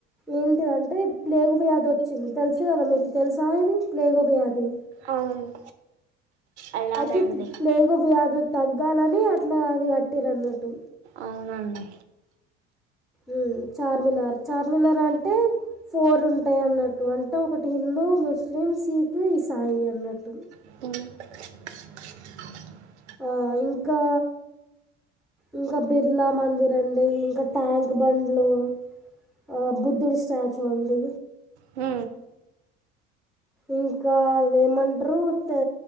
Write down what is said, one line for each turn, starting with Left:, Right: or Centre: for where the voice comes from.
Centre: ఏంటిదంటే ప్లేగు వ్యాధి వచ్చింది తెలుసు కదా మీకు తెలుసా ఇది ప్లేగు వ్యాధి
Right: అవును అలాగండి
Centre: అయితే తీ ప్లేగు వ్యాధి తగ్గాలని అట్లా అది కట్టిరూ అన్నట్టు
Right: అవునండి
Centre: ఉ చార్మినార్ చార్మినార్ అంటే ఫోర్ ఉంటాయి అన్నట్టు అంటే ఒకటి హిందూ, ముస్లిం, సిఖ్, ఇసాయి అన్నట్టు
Right: ఆ
Centre: ఆ ఇంకా ఇంకా బిర్లా మందిర్ అండి ఇంకా ట్యాంక్ బండ్లు ఆ బుద్ధుడు స్టాచూ అండి
Right: హు
Centre: ఇంకా ఏమంటరూ తే